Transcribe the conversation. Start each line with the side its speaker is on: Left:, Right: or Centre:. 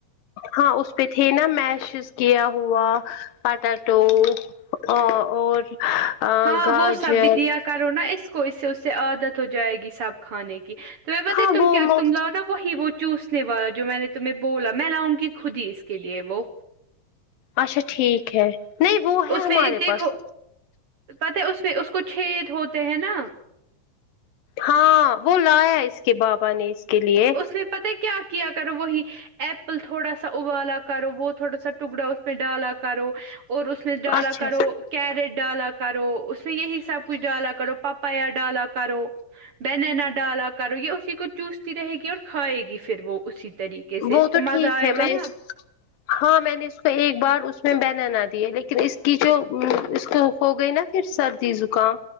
Left: ہاں اس پہ تھے نا میشز کیا ہوا پٹٹو ا اور
Right: ہاں
Left: گاجر
Right: وہ سب بھی دیا کرو نا اس اس سے اس سے عادت ہو جائے گی سب کھانے کی تو بتائی
Left: ہاں
Right: تم
Left: وہ
Right: کیا تم لاؤ نا وہی وہ چوسنے والا جو میں نے تمہیں بولا میں لاؤں گی خود ہی اس کے لیے وہ
Left: اچھا ٹھیک ہے نہیں وہ ہے
Right: اس
Left: ہمارے
Right: میں دیکھو
Left: پاس
Right: پتہ ہے اس میں اس کو چد ہوتے ہیں نا
Left: ہاں وہ لایا اس کے بابا نے اس کے لیے
Right: اس میں پتا کیا کیا کرو وہی ایپل تھوڑا سا ابالا کرو وہ تھوڑا سا ٹکڑا اس پ ڈالا کرو اور اس میں ڈالا
Left: اچھا
Right: کرو کیرٹ ڈالا کرو اس میں یہی سب کچھ ڈالا کرو پاپایا ڈالا کرو بینینا ڈالا کرو یہ اسی کو چوستتی رہے گی اور <unintelligible>
Left: وہ تو ٹھیک ہے میں ہاں میں نے اس کو ایک بار اس میں بنناا دی ہے لیکن اس کی جو اس کو ہو گئی نا پھر سردی زکام